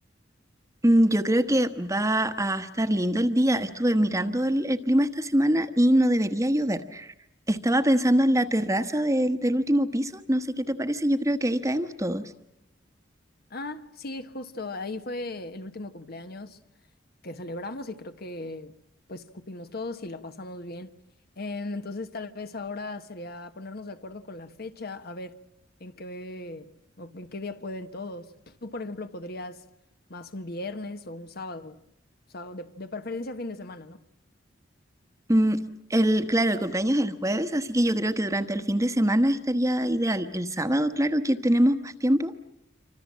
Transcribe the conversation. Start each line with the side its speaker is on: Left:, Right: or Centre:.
Right: Mm, Yo creo que va a estar lindo el día. Estuve mirando el, el clima esta semana y no debería llover. Estaba pensando en la terraza del, del último piso. No sé qué te parece. Yo creo que ahí caemos todos.
Left: Ah, sí, justo, ahí fue el último cumpleaños que celebramos y creo que pues cupimos todos y la pasamos bien. Em, entonces tal vez ahora sería ponernos de acuerdo con la fecha, a ver en qué o en qué día pueden todos. Tú, por ejemplo, podrías más un viernes o un sábado, sábado de, de preferencia fin de semana, ¿no?
Right: Mm, el, claro, el cumpleaños es el jueves, así que yo creo que durante el fin de semana estaría ideal. El sábado, claro, que tenemos más tiempo.